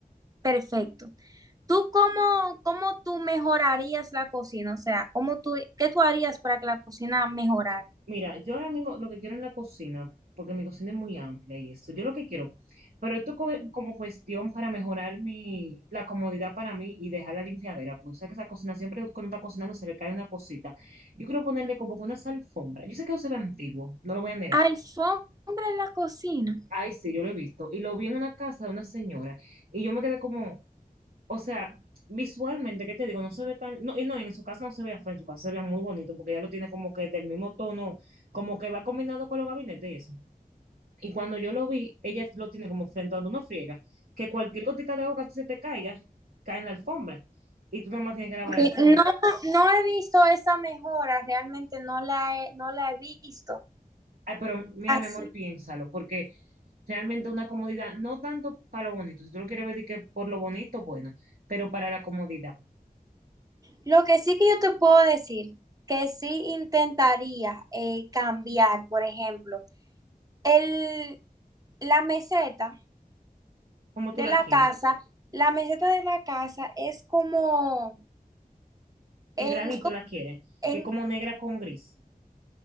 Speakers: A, on the right; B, on the right.
A: perfecto. ¿Tú cómo, cómo tú mejorarías la cocina? O sea, ¿cómo tú, qué tú harías para que la cocina mejorara?
B: Mira, yo ahora mismo lo que quiero en la cocina, porque mi cocina es muy amplia y eso. yo lo que quiero, pero esto co- como cuestión para mejorar mi, la comodidad para mí y dejar la limpiadera, porque sabes que esa cocina siempre cuando está cocinando se le cae una cosita. Yo quiero ponerle como que unas alfombras. Yo sé que eso se ve antiguo, no lo voy a negar.
A: Alfombra en la cocina.
B: Ay, sí, yo lo he visto. Y lo vi en una casa de una señora y yo me quedé como, O sea, visualmente, ¿qué te digo? No se ve tan, no, y no, en su casa no se veía feo, en su casa se veía muy bonito, porque ella lo tiene como que del mismo tono, como que va combinado con los gabinetes y eso. Y cuando yo lo vi, ella lo tiene como frente a donde uno friega, que cualquier gotita de agua que se te caiga, cae en la alfombra, y tú nada más tienes que lavar
A: Ok,
B: la alfombra.
A: No, no he visto esa mejora, realmente no la he, no la he visto.
B: Ay, pero mira,
A: Así.
B: mi amor, piénsalo, porque realmente una comodidad, no tanto para lo bonito, si tú lo quieres ver de que por lo bonito, bueno, pero para la comodidad,
A: Lo que sí que yo te puedo decir, que sí intentaría eh, cambiar, por ejemplo, el, la meseta
B: como
A: de
B: tú la
A: la
B: quieres,
A: casa, la meseta de la casa es como en,
B: en granito
A: co-
B: la quieres,
A: en
B: que es como negra con gris.